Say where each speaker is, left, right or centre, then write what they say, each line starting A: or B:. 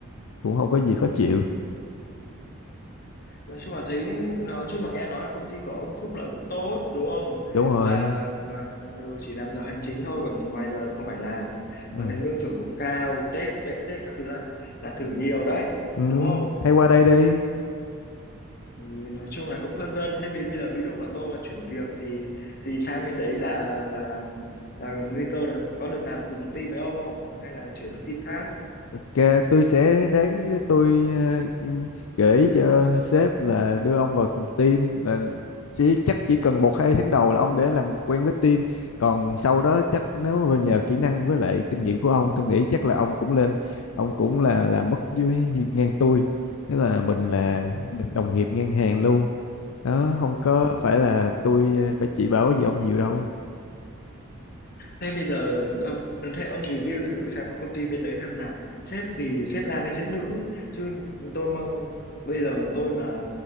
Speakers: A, on the left; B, on the left.
A: cũng không có gì khó chịu
B: nói chung là thấy nói chung là nghe nói là công ty của ông Phúc lợi cũng tốt đúng không
A: đúng rồi
B: là ngoài, ừ, chỉ làm giờ hành chính thôi còn ngoài giờ thì không phải làm
A: ừ.
B: mà thấy lương thưởng cũng cao Tết lễ Tết các thứ là là thưởng nhiều đấy
A: Ừ.
B: đúng không
A: hay qua đây đi Ừ.
B: thì nói chung là cũng phân vân thế vì bây giờ ví dụ mà tôi mà chuyển việc thì thì sang bên đấy là là làm là nguy cơ là có được làm cùng team với ông không hay là chuyển sang team khác
A: Ok, tôi sẽ ráng tôi ờ, gợi ý cho sếp là đưa ông vào cùng team là chỉ chắc chỉ cần một hai tháng đầu là ông để làm quen với team còn sau đó chắc nếu mà nhờ kỹ năng với lại kinh nghiệm của ông tôi nghĩ chắc là ông cũng lên ông cũng là làm mức dưới ngang tôi nghĩa là mình là
B: Ừ.
A: đồng nghiệp ngang hàng luôn đó không có
B: ừ.
A: phải là tôi ờ, phải chỉ bảo gì ông nhiều đâu
B: Thế bây giờ ờ, thế ông review thử xem công ty bên đấy xem là sếp thì sếp nam hay sếp nữ chứ tôi mong bây giờ mà tôi mà